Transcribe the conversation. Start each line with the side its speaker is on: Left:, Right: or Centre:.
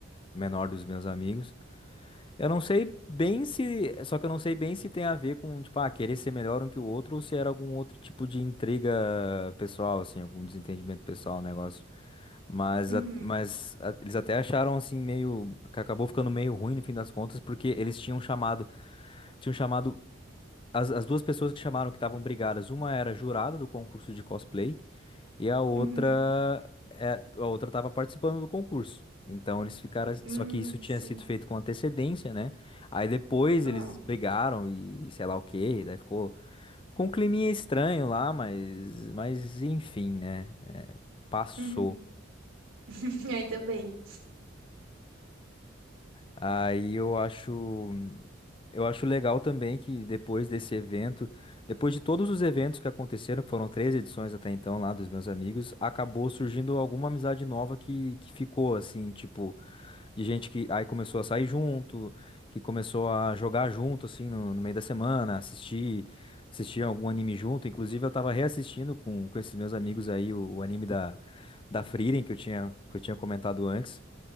Left: menor dos meus amigos. Eu não sei bem se. Só que eu não sei bem se tem a ver com, tipo, ah, querer ser melhor um que o outro ou se era algum outro tipo de intriga pessoal, assim, algum desentendimento pessoal, um negócio. Mas,
Right: Uhum,
Left: a- mas a- eles até acharam, assim, meio. que acabou ficando meio ruim no fim das contas, porque eles tinham chamado. Tinham chamado. As, as duas pessoas que chamaram que estavam brigadas, uma era jurada do concurso de cosplay e a outra,
Right: uhum,
Left: é, a outra estava participando do concurso. Então eles ficaram,
Right: hum,
Left: só que isso tinha
Right: sim.
Left: sido feito com antecedência, né? Aí depois
Right: Uhum,
Left: eles brigaram e sei lá o quê, daí ficou, ficou um climinha estranho lá, mas, mas enfim, né? É, passou.
Right: uhum, <laughs> Ainda bem.
Left: Aí eu acho, eu acho legal também que depois desse evento, depois de todos os eventos que aconteceram, que foram três edições até então lá dos meus amigos, acabou surgindo alguma amizade nova que, que ficou assim, tipo, de gente que aí começou a sair junto, que começou a jogar junto assim no, no meio da semana, assistir, assistir algum anime junto. Inclusive eu tava reassistindo com, com esses meus amigos aí o, o anime da da Frieren que eu tinha que eu tinha comentado antes.